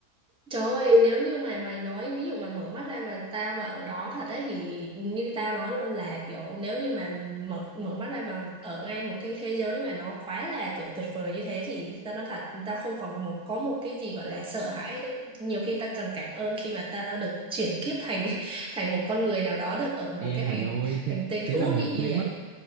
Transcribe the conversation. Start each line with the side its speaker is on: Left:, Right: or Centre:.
Centre: Trời ơi, nếu như mà mày nói ví dụ mà mở mắt ra mà tao mà ở đó thật ấy thì như tao nói luôn là kiểu nếu như mà mở mở mắt ra mà ở ngay một cái thế giới mà nó quá là kiểu tuyệt vời như thế thì tao nói thật tao không còn một có một cái gì gọi là sợ hãi đấy. Nhiều khi tao cần cảm ơn khi mà tao được chuyển kiếp thành <laughs> thành một con người nào đó được ở một
Right: Ê
Centre: cái
Right: mày
Centre: hành
Right: ơi thế,
Centre: hành tinh
Right: thế
Centre: thú
Right: là mày
Centre: vị
Right: quên
Centre: như vậy.
Right: mất